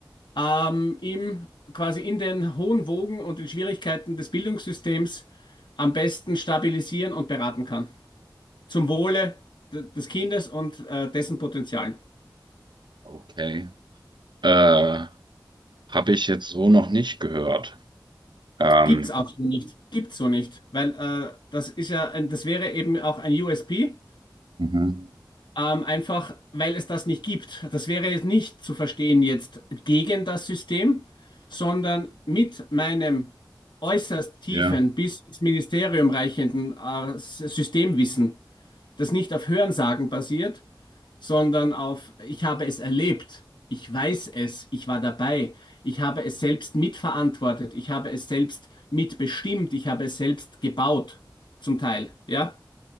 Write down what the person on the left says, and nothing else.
ähm, im, quasi in den hohen Wogen und den Schwierigkeiten des Bildungssystems am besten stabilisieren und beraten kann. Zum Wohle des Kindes und äh, dessen Potenzialen.
Gibt's auch so nicht. Gibt's so nicht. Weil äh, das ist ja ein, das wäre eben auch ein USP,
ähm, einfach weil es das nicht gibt. Das wäre es nicht zu verstehen jetzt gegen das System, sondern mit meinem äußerst tiefen
bis ins Ministerium reichenden äh, S- Systemwissen, das nicht auf Hörensagen basiert, sondern auf ich habe es erlebt, ich weiß es, ich war dabei, ich habe es selbst mitverantwortet, ich habe es selbst mitbestimmt, ich habe es selbst gebaut, zum Teil, ja.